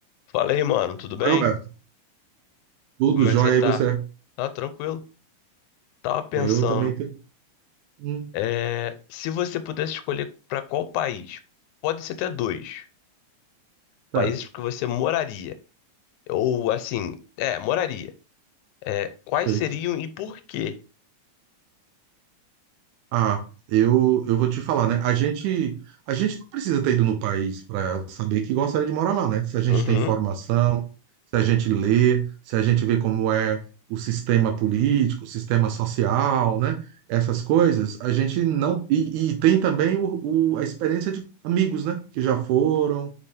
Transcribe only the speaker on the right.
Oi, Roberto. Tudo
jóia,
e você?
Eu também tenho. Hum,
certo,
perfeito.
Ah, eu, eu vou te falar, né? A gente, a gente não precisa ter ido no país para saber que gostaria de morar lá, né? Se a gente
tem informação, se a gente lê, se a gente vê como é o sistema político, o sistema social, né? Essas coisas, a gente não. E, e tem também o, o- a experiência de amigos, né? Que já foram.